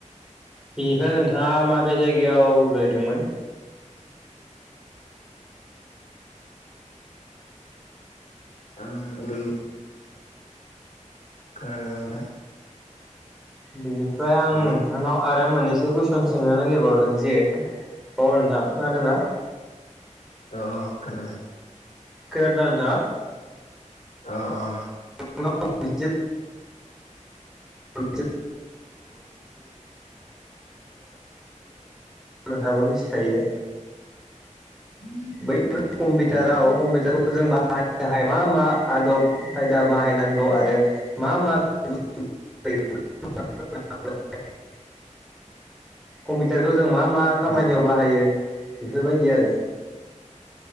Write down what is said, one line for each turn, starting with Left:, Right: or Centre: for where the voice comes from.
Centre: बिनिफ्राय नोंथाङा माबे जायगायाव गोलैदोंमोन?
Left: आं अदालगुर खोनादों बा नोंथां?
Centre: बेनिफ्राय आं
Left: हेलौ
Centre: नोंथांनाव आरो मोननैसो कुइसन सोंनो नागिरबावदों जे औ नोंथां खोनादोंना?
Left: अ खोनादों।
Centre: खोनादों ना‌ नोंथांआ?
Left: अ अ।
Centre: <unintelligible> <unintelligible> दाबो मिथिखायो।
Left: <inaudible> उम
Centre: बै कम्पिउटाराव
Left: उम
Centre: कम्पिउटार जों बाहायनो थाखाय मा मा आदब खायदा बाहायनांगौ आरो मा मा <unintelligible> कम्पिउटारखौ जों मा मा खामानियाव
Left: हेलौ
Centre: बाहायो बेफोरबायदि आरो।